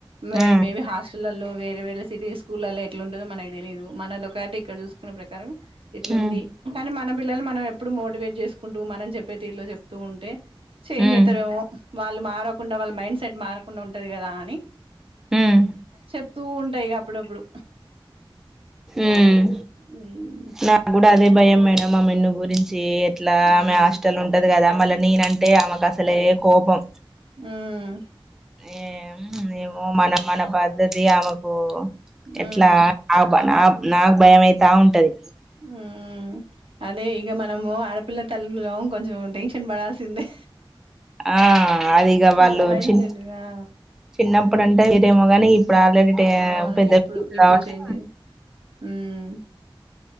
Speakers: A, on the right (about 75°); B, in the centre.
A: మరి
B: ఆ
A: మేబీ హాస్టల్లల్లో వేరే వేరే సిటీ స్కూల్లల్లో ఎట్లుంటదో మనకు తెలిదు మన లొకాలిటీ ఇక్కడ చూసుకున్న ప్రకారం ఇట్లా
B: ఉమ్
A: ఉంది కానీ మనం పిల్లలు మనం ఎప్పుడు మోటివేట్ చేసుకుంటూ మనం చెప్పే తీరులో చెప్తూ ఉంటే చేంజ్
B: ఉమ్
A: అయితరేమో వాళ్ళు మారకుండా వాళ్ళ మైండ్ సెట్ మారకుండా ఉంటది గదా అని
B: ఉమ్
A: చెప్తూ ఉంటా ఇగ అప్పుడప్పుడు
B: ఉమ్
A: మ్మ్
B: నాకు గూడా అదే భయం మేడం ఆ మిన్ను గురించి ఏ ఎట్లా
A: మ్మ్
B: ఆమె హాస్టల్ ఉంటది గదా మళ్ళా నేనంటే ఆమెకు అసలే కోపం
A: ఉమ్
B: ఏ ఏమో మన మన పద్ధతి ఆమెకు
A: మ్మ్
B: ఎట్లా నా నాకు భయమైతా ఉంటది
A: ఉమ్ అదే ఇగ మనము ఆడ పిల్ల తల్లులం కొంచెం టెన్షన్ పడాల్సిందే.
B: ఆ అదిగా వాళ్ళు
A: వాళ్ళ మైండ్
B: చి
A: సెట్ ఆ
B: చిన్నప్పుడుంటే వేరేమో గాని ఆల్రెడీ టే
A: అవును
B: పెద్ద
A: ఇప్పుడు ఇప్పుడు
B: కాబట్టి
A: చేంజ్ ఉమ్